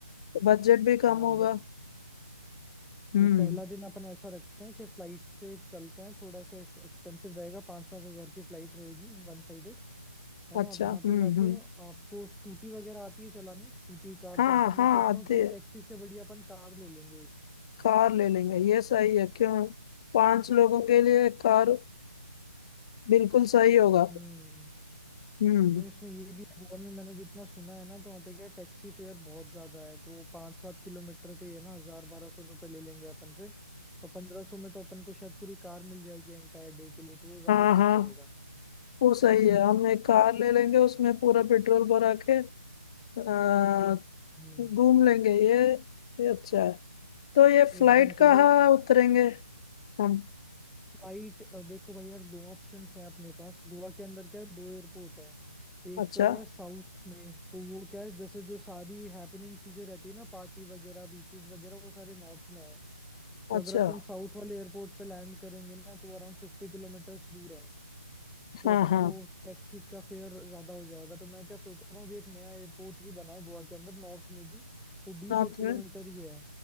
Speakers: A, on the left; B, in the centre.
A: तो बजट भी कम
B: हाँ
A: होगा
B: ब-
A: हम्म
B: तो पहला दिन अपन ऐसा रखते हैं कि फ्लाइट से चलते हैं थोड़ा सा एक्सपेंसिव रहेगा पाँच सात हजार की फ्लाइट रहेगी वन साइड है
A: अच्छा
B: ना और वहां पे
A: हम्म
B: जाके
A: हम्म
B: आपको स्कूटी वगैरह आती है चलानी स्कूटी कार
A: हाँ
B: तो अपन
A: हाँ
B: मैं सोच
A: आते
B: रहा हूँ कि टैक्सी से बढ़िया अपन कार ले लेंगे एक
A: कार ले लेंगे ये सही है क्यों पांच लोगों के लिए कार बिल्कुल सही होगा
B: हम्म
A: हम्म
B: नहीं उसमें ये भी है गोवा में मैंने जितना सुना है ना तो वहाँ पे क्या टैक्सी फेयर बहुत ज्यादा है तो वो पाँच सात किलोमीटर के ये ना हजार बारह सौ रुपये ले लेंगे अपन से और पंद्रह सौ में तो अपन को शायद पूरी कार मिल जाएगी एंटायर डे के लिए तो वो ज्यादा
A: हाँ हाँ
B: ठीक रहेगा
A: वो सही है हम एक कार ले लेंगे उसमें पूरा पेट्रोल भरा के आ,
B: हम्म
A: घूम लेंगे ये ये अच्छा है तो ये फ्लाइट
B: एकदम
A: कहाँ
B: सही है
A: उतरेंगे हम
B: फ्लाइट अ, देखो भाई यार दो ऑप्शंस है अपने पास गोवा के अंदर क्या है दो एयरपोर्ट है एक
A: अच्छा
B: तो है साउथ में तो वो क्या है जैसे जो सारी हैपनिंग चीजें रहती है ना पार्टी वगैरह बीचेस वगैरह वो सारे नॉर्थ में है तो
A: अच्छा
B: अगर अपन साउथ वाले एयरपोर्ट पे लैंड करेंगे ना तो अराउंड फिफ्टी किलोमीटर्स दूर है तो
A: हाँ
B: अपन
A: हाँ
B: को टैक्सी का फेयर ज्यादा हो जाएगा तो मैं क्या सोच रहा हूँ अभी एक नया एयरपोर्ट ही बना है गोवा के अंदर नॉर्थ में भी वो बीस
A: नॉर्थ
B: एक किलोमीटर
A: में
B: ही है